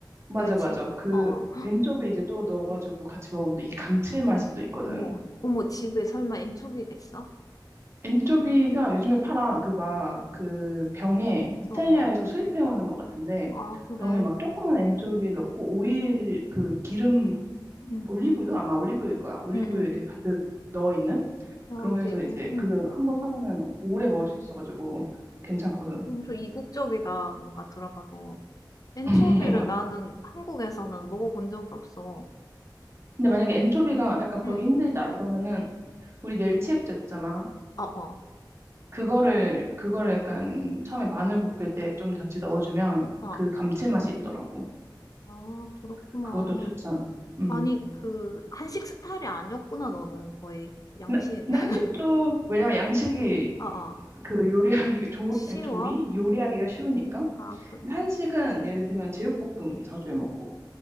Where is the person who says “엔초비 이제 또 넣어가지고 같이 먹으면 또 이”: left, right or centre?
Right